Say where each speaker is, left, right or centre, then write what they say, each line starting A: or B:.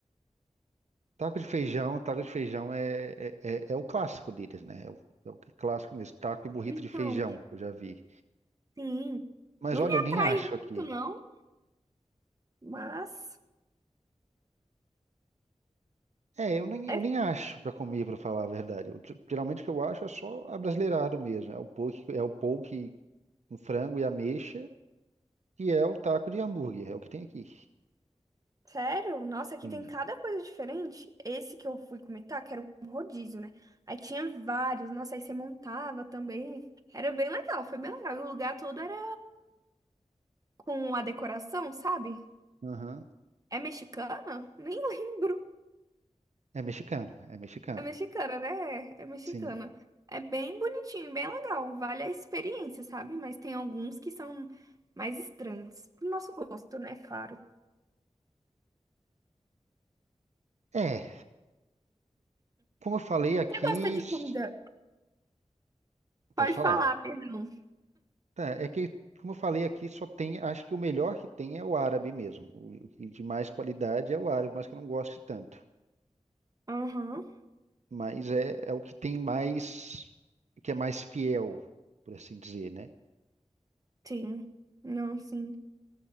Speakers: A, on the right (about 75°); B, on the right (about 30°).
A: Taco de feijão, taco de feijão é, é, é- é o clássico deles, né? É o, é o que- é clássico mesmo, taco e burrito
B: Então,
A: de feijão, eu já vi.
B: sim.
A: Mas
B: Não
A: olha,
B: me
A: eu
B: atraiu
A: nem acho aqui.
B: muito, não, mas
A: É, eu nem,
B: é
A: eu nem acho pra comer, pra falar a verdade. Eu, t- geralmente o que eu acho é só abrasileirado mesmo. É o poke, é o poke com frango e ameixa, que é o taco de hambúrguer, é o que tem aqui.
B: sério, nossa, aqui
A: Sim,
B: tem cada coisa diferente. Esse que eu fui comentar, que era um rodízio, né? Aí tinha vários, nossa, aí você montava também. Era bem legal, foi bem legal. E o lugar todo era com a decoração, sabe?
A: Aham.
B: É mexicana? Nem <laughs> lembro.
A: É mexicano, é mexicano.
B: É mexicana, né? É, é mexicana.
A: Sim.
B: É bem bonitinho, bem legal. Vale a experiência, sabe? Mas tem alguns que são mais estranhos. Pro nosso gosto, né? Claro.
A: É, como eu falei aqui,
B: Você gosta de
A: s-
B: comida?
A: pode
B: Pode
A: falar.
B: falar, perdão.
A: Tá, é que, como eu falei aqui, só tem, acho que o melhor que tem é o árabe mesmo. O o que de mais qualidade é o árabe, mas que eu não gosto tanto.
B: Aham,
A: Mas é, é o que tem mais, que é mais fiel, por assim dizer, né?
B: sim. Não, sim.